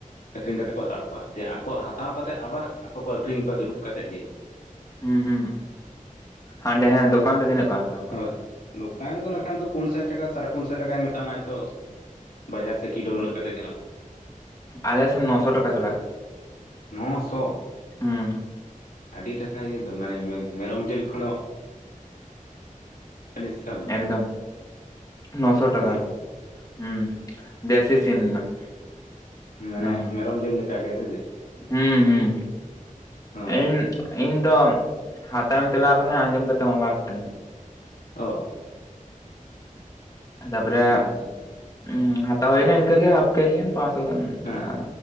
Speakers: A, on the left (about 85°); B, on the left (about 25°).
A: ᱟᱹᱠᱷᱨᱤᱧ ᱠᱟᱛᱮᱜ ᱠᱚ ᱦᱟᱛᱟᱣ ᱠᱚᱣᱟ ᱡᱮ ᱟᱠᱚ ᱦᱟᱛᱟᱣ ᱠᱟᱛᱮᱜ ᱟᱵᱟᱨ ᱟᱠᱚ ᱠᱚ ᱟᱹᱠᱷᱨᱤᱧ ᱠᱚᱣᱟ ᱫᱩᱲᱩᱵ ᱠᱟᱛᱮᱜ ᱡᱮ
B: ᱦᱮ ᱦᱩᱸ ᱦᱟᱸᱰᱮ ᱦᱮᱸ ᱫᱚᱠᱟᱱ ᱨᱮ ᱛᱤᱱᱟᱹᱜ ᱠᱚ ᱦᱟᱛᱟᱣ ᱠᱚᱣᱟ
A: ᱦᱳᱭ
B: ᱛᱟᱦᱚᱞᱮ
A: ᱫᱚᱠᱟᱱ ᱨᱮᱫᱚ ᱢᱮᱱᱠᱷᱟᱱ ᱫᱚ ᱯᱩᱱ ᱥᱟᱭ ᱴᱟᱠᱟ ᱥᱟᱲᱮ ᱯᱩᱱ ᱥᱟᱭ ᱴᱟᱠᱟᱭ ᱢᱮᱛᱟᱢᱟ ᱛᱚ ᱵᱟᱡᱟᱨ ᱥᱮ ᱠᱤᱞᱳ ᱩᱱᱟᱹᱜ ᱠᱟᱛᱮᱜ ᱪᱟᱞᱟᱜ ᱠᱟᱱᱟ
B: ᱟᱞᱮ ᱥᱮ ᱱᱚᱥᱚ ᱴᱟᱠᱟ ᱪᱟᱞᱟᱜ ᱠᱟᱱᱟ
A: ᱱᱚ ᱥᱚ
B: ᱦᱩᱸ
A: ᱟᱹᱰᱤ ᱴᱟᱠᱟ ᱦᱩᱭᱩᱹ ᱫᱚ ᱢᱟᱱᱮ ᱢᱮᱨᱚᱢ ᱡᱤᱞ ᱠᱷᱚᱱᱳ <unintelligible> ᱫᱚ
B: ᱮᱠᱫᱚᱢ ᱱᱚᱥᱚ ᱴᱟᱠᱟ
A: ᱦᱮᱸ ᱥᱮ᱾
B: ᱦᱩᱸ ᱫᱮᱥᱤ ᱥᱤᱢ ᱨᱮᱱᱟᱜ
A: ᱢᱟᱱᱮ
B: ᱚᱱᱟ ᱦᱚᱸ
A: ᱢᱮᱨᱚᱢ ᱡᱤᱞ ᱞᱮᱠᱟ ᱜᱮ ᱾ ᱥᱮ ᱪᱮᱫ?
B: ᱦᱩᱸ ᱦᱩᱸ
A: ᱚ
B: ᱮᱧ
A: ᱦᱚᱸ
B: ᱤᱧ ᱫᱚ ᱦᱟᱛᱟᱣᱤᱧ ᱪᱟᱞᱟᱣ ᱠᱟᱱᱟ ᱟᱸᱡᱚᱢ ᱠᱟᱛᱮᱜ ᱵᱟᱝ ᱠᱟᱹᱱᱟᱹᱧ
A: ᱚ
B: ᱛᱟᱯᱚᱨᱮ
A: ᱟᱪᱪᱷᱟ ᱟᱪᱪᱷᱟ
B: ᱩᱸ ᱦᱟᱛᱟᱣ ᱦᱩᱭᱱᱟ ᱤᱱᱠᱟᱹ ᱜᱮ ᱦᱟᱯ ᱠᱮᱡᱤ ᱯᱟ ᱥᱳ ᱜᱟᱱ
A: ᱦᱮᱸ
B: ᱟᱨ
A: ᱦᱮᱸ